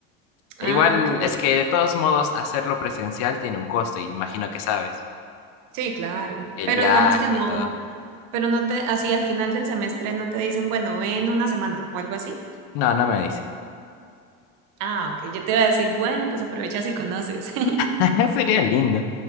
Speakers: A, on the left; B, on the right.
A: E
B: Ah,
A: Igual
B: ok.
A: es que de todos modos hacerlo presencial tiene un costo y imagino que sabes,
B: Sí, claro.
A: el
B: Pero
A: viaje
B: digamos que no.
A: y todo.
B: Pero no te, así al final del semestre no te dicen, bueno, ven una semana o algo así.
A: No, no me dice.
B: Ah, ok, yo te iba a decir, bueno, pues aprovechas y conoces. <laughs>
A: <laughs> Sería lindo.